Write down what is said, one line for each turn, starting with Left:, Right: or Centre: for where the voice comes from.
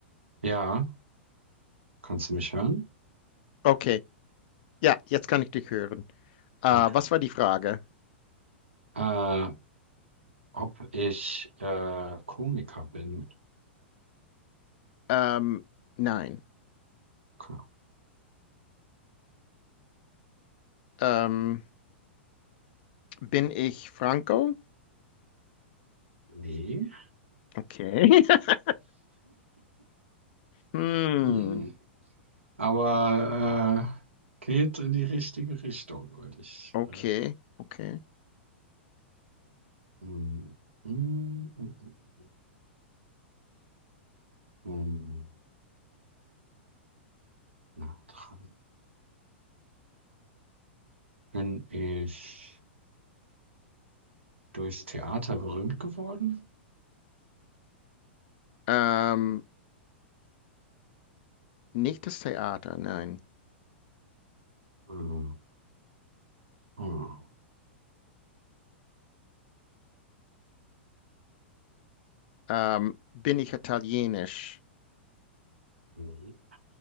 Right: Ja. Kannst du mich hören?
Left: Okay. Ja, jetzt kann ich dich hören. Äh,
Right: Okay.
Left: was war die Frage?
Right: Äh, Ob ich äh, Komiker bin?
Left: Ähm, nein.
Right: Ko-
Left: Ähm, bin ich Franco?
Right: Nee.
Left: Okay. <laughs> Hm.
Right: Hm. Hm. Aber äh, geht in die richtige Richtung, würde ich.
Left: Okay.
Right: Äh,
Left: Okay.
Right: hm, hm, hm, hm, hm, nah dran. Bin ich durchs Theater berühmt geworden?
Left: Ähm, nicht das Theater, nein.
Right: Hm, hm,
Left: Ähm, bin ich italienisch?
Right: nee.